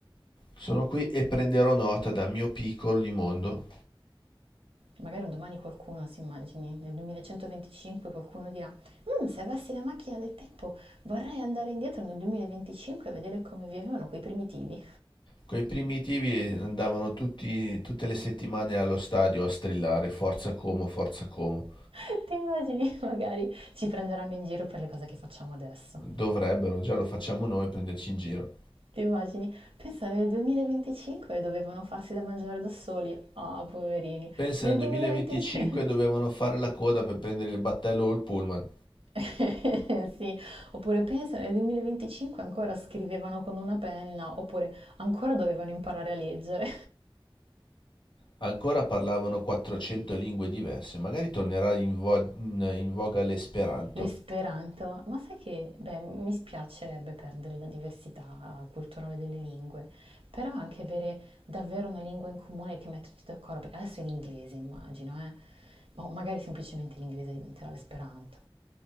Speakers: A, on the left; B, on the right.
A: Sono qui e prenderò nota dal mio piccolo di mondo.
B: Magari un domani qualcuno, si immagini, nel 2125 qualcuno dirà, "Mh, se avessi la macchina del tempo vorrei andare indietro nel 2025 e vedere come vivevano quei primitivi.
A: Quei primitivi andavano tutti, tutte le settimane allo stadio a strillare Forza Como, Forza Como.
B: <laughs> Ti immagini? Magari ci prenderanno in giro per le cose che facciamo adesso.
A: Dovrebbero, già lo facciamo noi, prenderci in giro.
B: Ti immagini? Pensa nel 2025 dovevano farsi da mangiare da soli. Ah, poverini.
A: Pensa
B: Nel
A: nel 2025
B: 2025
A: dovevano fare la coda per prendere il battello o il pullman.
B: <laughs> sì. Oppure pensa nel 2025 ancora scrivevano con una penna, oppure ancora dovevano imparare a leggere.
A: Ancora parlavano 400 lingue diverse, magari tornerà in, vo- in- in voga l'esperanto,
B: <laughs> L'esperanto, ma sai che, beh, mi spiacerebbe perdere la diversità culturale delle lingue, però anche avere davvero una lingua in comune che mette tutti d'accordo, perché adesso è l'inglese, immagino, eh. O magari semplicemente l'inglese diventerà l'esperanto.